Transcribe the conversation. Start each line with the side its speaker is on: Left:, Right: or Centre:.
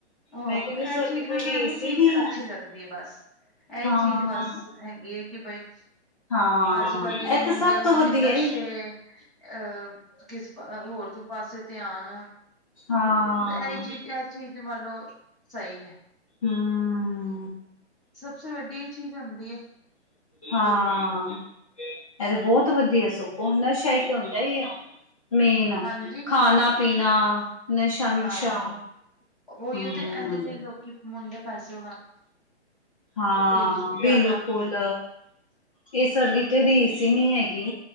Centre: ਹਾਂ
Left: ਮੈਂ ਕਹਿੰਦੀ
Centre: ਇਹ
Left: ਉਸ ਵਰਗੀ
Centre: ਚੀਜ਼
Left: ਕੋਈ
Centre: ਮੈਨੂੰ
Left: ਰੀਸ
Centre: ਇਹ ਚੀਜ਼
Left: ਹੀ ਨਹੀਂ
Centre: ਅੱਛੀ
Left: ਹੈ
Centre: ਲੱਗਦੀ ਹੈ ਬਸ ਇਹੀ
Left: ਹਾਂ
Centre: ਚੀਜ਼ ਬਸ ਹੈਗੀ ਹੈ ਕਿ ਬਈ
Left: ਹਾਂ
Centre: ਅੱਜ ਕੱਲ ਜਿਵੇਂ
Left: ਇਹ
Centre: ਮੁੰਡਿਆਂ
Left: ਤੇ ਸਭ
Centre: ਨੂੰ
Left: ਤੋਂ
Centre: ਇੰਨੇ
Left: ਵਧੀਆ
Centre: ਨਸ਼ੇ
Left: ਹੀ
Centre: ਅਹ ਕਿਸ ਹੋਰ ਤੇ ਪਾਸੇ ਧਿਆਨ
Left: ਹਾਂ
Centre: ਇਹੀ ਚੀਜ਼ ਇਹ ਚੀਜ਼ ਮੰਨ ਲਓ ਸਹੀ ਹੈ।
Left: ਹੂ,,,
Centre: ਸਬ ਤੇ ਵੱਡੀ ਚੀਜ਼ ਹੁੰਦੀ ਹੈ।
Left: ਹਾਂ ਇਹ ਤੇ ਬਹੁਤ ਵਧੀਆ ਸੋ ਹੁੰਦਾ ਸ਼ਾਇਦ ਤੇ ਉੁੰਦਾ ਹੀ ਓ ਮੇਨ
Centre: ਹਾਂਜੀ
Left: ਖਾਣਾ ਪੀਣਾ ਨਸ਼ਾ ਨੁਸ਼ਾ
Centre: ਹਾਂ ਉਹੀਓ
Left: ਹੂ
Centre: ਤੇ ਇਹਦੇ ਤੇ ਲੋਕੀ ਮੁੰਡੇ ਪਾਸੇ
Left: ਹਾਂ
Centre: ਜ਼ਿਆਦਾ
Left: ਬਿਲਕੁਲ ਇਹ ਸਰਦੀ ਤੇ ਰੀਸ ਨੀ ਹੈਗੀ